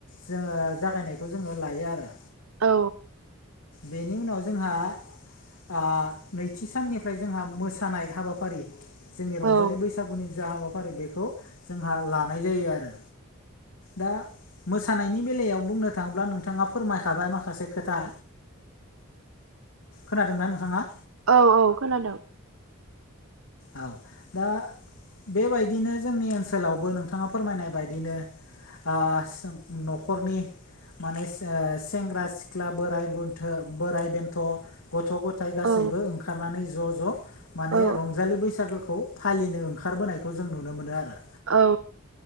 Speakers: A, on the left; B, on the right.
A: जोंङो जागायनायखौ जोंङो लायो आरो।
B: औ।
A: बेनि उनाव जोंहा। अह नैथि साननिफ्राय जोंहा मोसानाय हाबाफारि। जोंनि
B: औ
A: रंजालि बैसागुनि जा हाबाफारि बेखौ जोंहा लानाय जायो आरो। दा। मोसानायनि बेलायाव बुंनो थाङोब्ला नोंथाङा फोरमायखाबाय माखासे खोथा। खोनादोंना नोंथाङा।
B: औ औ खोनादों।
A: औ दा बेबायदिनो जोंनि ओनसोलावबो नोंथाङा फोरमायनाय बायदिनो। आह सोब न'खरनि। माने सेंग्रा सिख्ला बोराइ बथ बोराइ बेन्थ'। गथ' गथाय गासैबो
B: औ
A: ओंखारनानै ज' ज' माने
B: औ
A: रंजालि। बैसागोखौ फालिनो ओंखारबोनायखौ जों नुनो मोनो आरो।
B: औ।